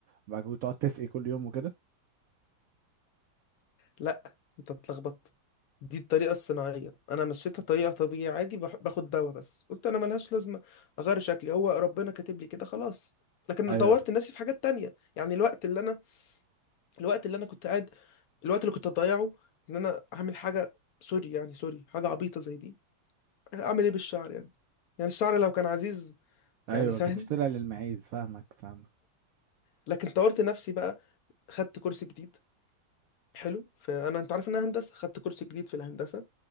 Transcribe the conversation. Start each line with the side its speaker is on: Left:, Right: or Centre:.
Right: وبعد كده تقعد تسقي كل يوم وكده
Left: لا انت اتلخبطت دي الطريقه الصناعيه انا مشيتها طريقه طبيعيه عادي بح- باخد دواء بس قلت انا ملهاش لازمه اغير شكلي هو ربنا كاتب لي كده خلاص لكن
Right: ايوه
Left: طورت نفسي في حاجات تانية يعني الوقت اللي انا الوقت اللي انا كنت قاعد الوقت اللي كنت اضيعه ان انا اعمل حاجه سوري يعني سوري حاجه عبيطه زي دي اعمل ايه بالشعر يعني يعني الشعر لو كان عزيز
Right: ايوه
Left: يعني فاهم
Right: كانت طلع للمعيز فاهمك فاهمك
Left: لكن طورت نفسي بقى خدت كورس جديد حلو فانا انت عارف انها هندسه خدت كورس جديد في الهندسه